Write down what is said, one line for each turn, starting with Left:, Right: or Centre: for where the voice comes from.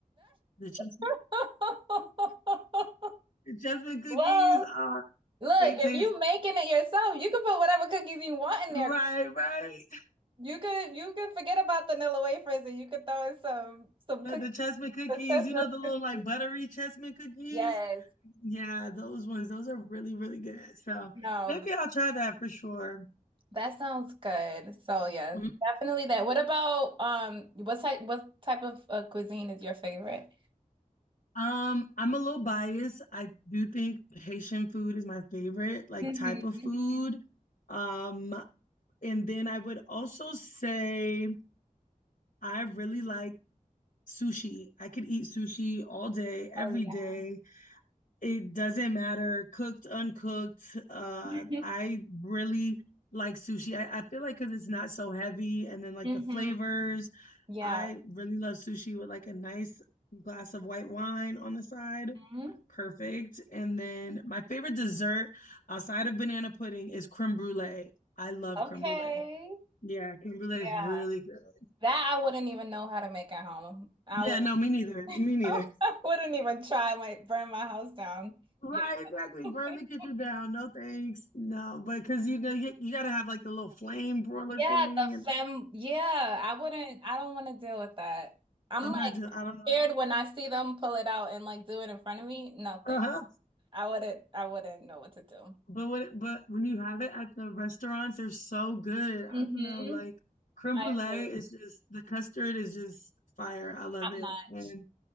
Left: The chess
Right: <laughs>
Left: the chessman cookies
Right: Well,
Left: are
Right: look,
Left: they taste
Right: if you making it yourself, you can put whatever cookies you want in
Left: right,
Right: there.
Left: right.
Right: You could you could forget about the vanilla wafers and you could throw in some some
Left: The,
Right: cookies,
Left: the chessman cookies,
Right: the chestnut
Left: you know, the little
Right: cookies.
Left: like buttery chessman cookies.
Right: Yes.
Left: Yeah, those ones, those are really, really good. So
Right: No,
Left: maybe I'll try that for sure.
Right: that sounds good. So yeah,
Left: Mhm.
Right: definitely that. What about um what type what type of uh, cuisine is your favorite?
Left: Um, I'm a little biased. I do think Haitian food is my favorite, like
Right: hmm
Left: type of food. Um, and then I would also say I really like sushi. I could eat sushi all day, every
Right: Oh yeah.
Left: day. It doesn't matter, cooked, uncooked. Uh,
Right: <laughs>
Left: I really like sushi. I, I feel like because it's not so heavy, and then like
Right: hmm
Left: the flavors.
Right: Yeah.
Left: I really love sushi with like a nice glass of white wine on the side.
Right: hmm
Left: Perfect. And then my favorite dessert outside of banana pudding is creme brulee. I love
Right: Okay.
Left: creme brulee. Yeah, creme brulee
Right: Yeah.
Left: is really good.
Right: That I wouldn't even know how to make at home. I
Left: Yeah,
Right: would
Left: no, me
Right: <laughs>
Left: neither. Me neither.
Right: I wouldn't even try, I might burn my house down.
Left: Right,
Right: Yeah.
Left: exactly. Burn
Right: <laughs>
Left: the kitchen down. No thanks. No, but because you know you, you gotta have like the little flame broiler
Right: Yeah,
Left: thing,
Right: the
Left: and
Right: fem. Yeah, I wouldn't. I don't want to deal with that. I'm
Left: I'm
Right: like
Left: not doing. I don't know.
Right: scared when I see them pull it out and like do it in front of me. No, thanks.
Left: Uh-huh.
Right: I wouldn't. I wouldn't know what to do.
Left: But when but when you have it at the restaurants, they're so good.
Right: hmm
Left: I don't know, like creme
Right: I
Left: brulee
Right: agree.
Left: is just the custard is just fire. I love
Right: Top
Left: it,
Right: notch.
Left: and